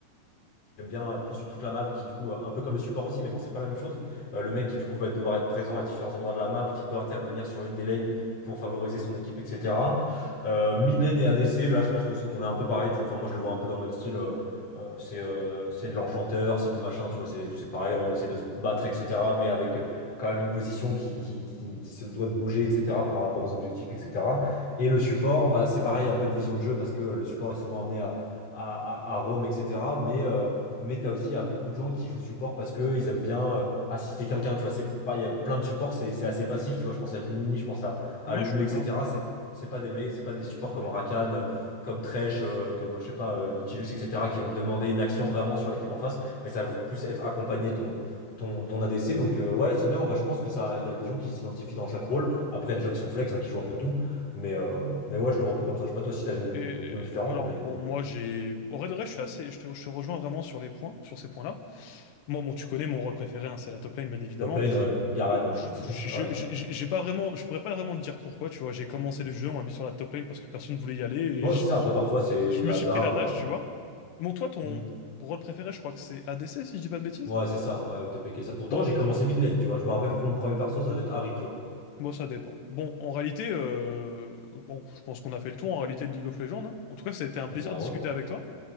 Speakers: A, on the left; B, on the left.
A: J'aime bien euh, sur toute la map qui du coup euh, un peu comme le support aussi mais bon c'est pas la même chose Euh, le mec qui du coup va devoir être présent à différents endroits de la map qui peut intervenir sur une des lanes pour favoriser son équipe etc euh, mid lane et ADC là je pense que c'est- on est un peu pareil tu vois enfin moi je le vois un peu dans le même style euh, euh, c'est euh, c'est de l'enchanteur c'est du machin tu vois c'est c'est pareil on essaie de se battre etc mais avec euh, quand même une position qui qui, qui qui se doit de bouger etc par rapport aux objectifs etc et le support bah c'est pareil un peu de vision de jeu parce que euh, le support est souvent amené à à, à, à roam, etc. Mais euh, mais tu as aussi il y a beaucoup de gens qui jouent support parce qu'ils aiment bien euh, assister quelqu'un. Tu vois, c'est pas, il y a plein de supports, c'est c'est assez passif. Tu vois, je pense à Yumi, je pense à, à
B: Moi,
A: Lulu,
B: je suis d'accord.
A: etc. C'est c'est pas des mecs, c'est pas des supports comme Rakan, euh, comme Thresh, euh, comme je sais pas, euh, Nautilus, etc. qui vont te demander une action vraiment sur l'équipe en face. Mais ça va plus être accompagné ton, ton, ton ADC. Donc euh, ouais, c'est bien. En vrai, je pense que ça, il y a des gens qui s'identifient dans chaque rôle. Après, il y a des gens qui sont flex, hein, qui jouent un peu tout. Mais, euh, mais ouais, je le vois un peu comme ça. Je sais pas toi si t'as une
B: Et
A: opinion différente,
B: alors,
A: mais
B: bon, moi, j'ai. Au vrai de vrai, je suis assez. Je te, je te rejoins vraiment sur les points, sur ces points-là. Moi, bon, tu connais mon rôle préféré, hein, c'est la top lane, bien évidemment.
A: top lane, ouais, Garen. hein.
B: Je, je-
A: <laughs> Ouais.
B: je- j'ai pas vraiment. Je pourrais pas vraiment te dire pourquoi, tu vois. J'ai commencé le jeu, on m'a mis sur la top lane parce que personne voulait y aller
A: Ouais, c'est ça. Après, parfois, c'est
B: je me
A: hasard.
B: suis pris la tâche,
A: euh,
B: tu vois. Bon, toi, ton
A: hmm.
B: rôle préféré, je crois que c'est ADC, si je dis pas de bêtises?
A: Ouais, c'est ça. Ouais, TPK. Ça. Pourtant,
B: Bon,
A: j'ai commencé mid lane, tu vois. Je me rappelle quand mon premier perso, ça devait être Harry, tu vois.
B: bon, ça dépend. Bon, en réalité, euh, bon, je pense qu'on a fait le tour en réalité de League of Legends. hein. En tout cas, ça a été un plaisir
A: Ah Bah
B: de discuter
A: ouais.
B: avec toi.